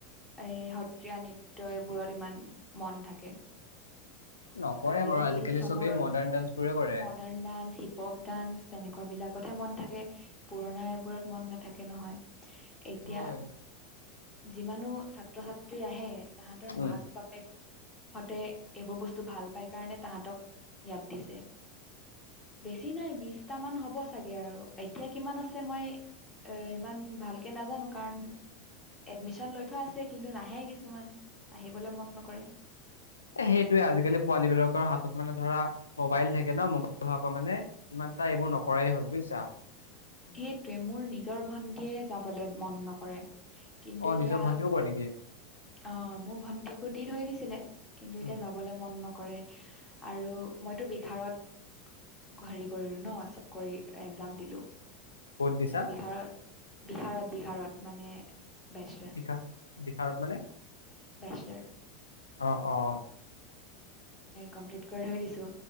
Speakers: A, on the left (about 20°); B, on the left (about 80°).
A: এই সত্ৰীয়া নৃট্যবোৰত ইমান মন থাকে
B: নকৰে
A: আজিকালি
B: বাৰু
A: চবৰ
B: চবেই মডাৰ্ণ ডান্স বোৰে কৰে।
A: মডাৰ্ণ ডান্স শি পপ ডান্স তেনেকুৱা বিলাকতহে মন থাকে পুৰণা এইবোৰত মন নাথাকে নহয় এতিয়া
B: হয়।
A: যি মানো ছা ছাত্ৰ ছাত্ৰী আহে তাহাঁতৰ
B: উম,
A: মাক বাপেক সতে এইবোৰ বস্তু ভাল পাই কাৰণে তাহাঁতক ইয়াত দিছে বেছি নাই বিশটামান হ'ব চাগে আৰু এতিয়া কিমান আছে মই এ ইমান ভালকে নাজানো কাৰণ এডমিচন লৈ থোৱা আ কিন্তু নাহে কিছুমান আহিবলে মন নকৰে।
B: এ সেইটোৱে আজিকালি পোৱালী বিলাকৰ হাতত মানে ধৰা মোবাইল থাকে ন মোবাইল হোৱাৰ পা মানে ইমান এটা এইবোৰ নকৰাই হল বুইছা।
A: সেইটোৱে মোৰ নিজৰ ভন্টিয়ে যাবলৈ মন নকৰে কিন্তু
B: অ
A: এতিয়া
B: নিজৰ ভণ্টিও কৰে নেকি
A: অ মোৰ ভন্টিকো দি থৈ দিছিলে কিন্তু
B: উম
A: এতিয়া যাবলৈ মন নকৰে আৰু মইতো বিহাৰত হেৰি কৰিলো ন কৰি একজাম দিলো। এতিয়া
B: ক'ত দিছা?
A: বিহাৰত বিহাৰত বিহাৰত মানে বেচলাৰ
B: বিহা বিহাৰত মানে
A: বেচলাৰ
B: অ', অ', অ',
A: কম্পিলিত কৰি থৈ দিছোঁ।